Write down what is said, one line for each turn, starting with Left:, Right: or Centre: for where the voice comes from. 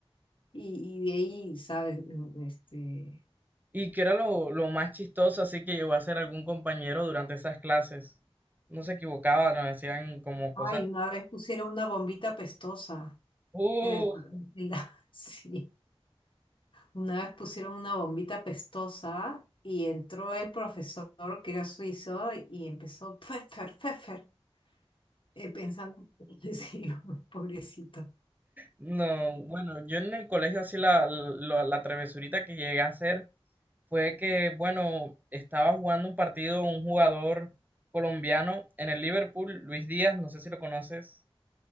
Left: Y, y de ahí, ¿sabes? Mm, Este,
Right: Y que era lo, lo más chistoso, así que llegó a ser algún compañero durante esas clases. No se equivocaba, nos decían como cosas.
Left: ay, una vez pusieron una bombita pestosa
Right: ¡Uh!
Left: en el, en la- <laughs> sí, una vez pusieron una bombita pestosa y entró el profesor que era suizo y empezó Pfeffer, Pfeffer, eh, pensando, <laughs> sí, pobrecito.
Right: No, bueno, yo en el colegio así la, la, la travesurita que llegué a hacer fue que, bueno, estaba jugando un partido un jugador colombiano en el Liverpool, Luis Díaz, no sé si lo conoces.